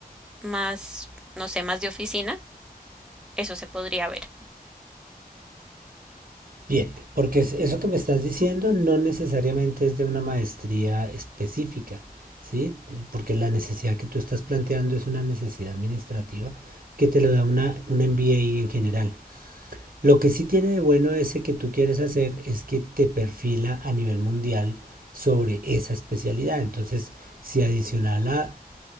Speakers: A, in the centre; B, on the right.
A: más, no sé, más de oficina, eso se podría ver.
B: Bien, porque es- eso que me estás diciendo no necesariamente es de una maestría específica, ¿sí? Eh, Porque la necesidad que tú estás planteando es una necesidad administrativa que te lo da una, un MBA en general. Lo que sí tiene de bueno ese que tú quieres hacer es que te perfila a nivel mundial sobre esa especialidad. Entonces, si adicional a,